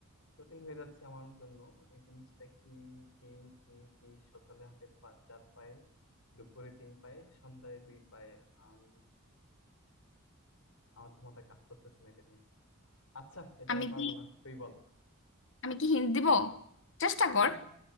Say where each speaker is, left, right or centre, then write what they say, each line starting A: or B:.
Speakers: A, on the left; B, on the left.
A: জটিল হয়ে যাচ্ছে আমার জন্য এই জিনিসটা কি কি কি কি সকালে হাঁটে পা- চার পায়ে দুপুরে তিন পায়ে সন্ধ্যায় দুই পায়ে আম আমার তো মাথা কাজ করতেছে না এটা নিয়ে আচ্ছা এটা
B: আমি
A: আমি পারবো
B: কি
A: না তুই বল
B: আমি কি হিন্ট দিব চেষ্টা কর
A: হ্যাঁ